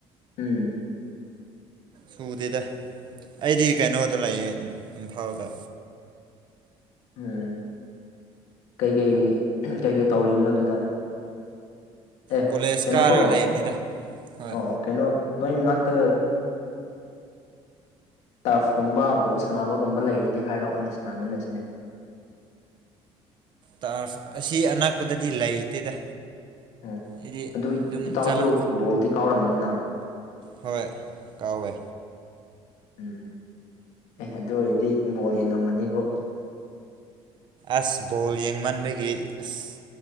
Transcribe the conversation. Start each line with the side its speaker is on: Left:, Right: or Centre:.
Left: ꯎꯝ
Right: ꯁꯨꯗꯦꯗ ꯑꯩꯗꯤ ꯀꯩꯅꯣꯗ ꯂꯩꯌꯦ ꯏꯝꯐꯥꯜꯗ
Left: ꯎꯝ ꯀꯩꯀꯩ ꯀꯩꯀꯩ ꯇꯧꯔꯤꯅꯣ ꯑꯗꯨꯗ ꯑꯦ
Right: ꯀꯣꯂꯦꯖ
Left: ꯀꯅꯀꯣ
Right: ꯀꯥꯔꯒ ꯂꯩꯕꯅꯤꯗ ꯍꯣꯏ
Left: ꯑꯣ ꯀꯩꯅꯣ ꯅꯣꯏ ꯃꯅꯥꯛꯇ ꯇꯔꯐꯀꯨꯝꯕ ꯕꯣꯜ ꯁꯥꯟꯅꯕꯒꯨꯝꯕ ꯂꯩꯗꯤ ꯍꯥꯏꯔꯛꯎꯅꯦ ꯁꯥꯟꯅꯃꯤꯟꯅꯁꯤꯅꯦ
Right: ꯇꯥꯐ ꯑꯁꯤ ꯑꯅꯛꯄꯗꯗꯤ ꯂꯩꯇꯦꯗ
Left: ꯎꯝ
Right: ꯑꯗꯨꯗꯤ
Left: ꯑꯗꯨ
Right: ꯑꯗꯨꯝ
Left: ꯏꯇꯥꯎꯁꯨ
Right: ꯆꯂ
Left: ꯕꯣꯜꯗꯤ ꯀꯥꯎꯔꯝꯅꯤꯅ
Right: ꯍꯣꯏ ꯀꯥꯎꯋꯦ
Left: ꯎꯝ ꯑꯦ ꯑꯗꯨ ꯑꯣꯏꯔꯗꯤ ꯕꯣꯜ ꯌꯦꯡꯉꯝꯃꯅꯤꯕꯨ
Right: ꯑꯁ ꯕꯣꯜ ꯌꯦꯡꯃꯟꯕꯒꯤ ꯑꯁ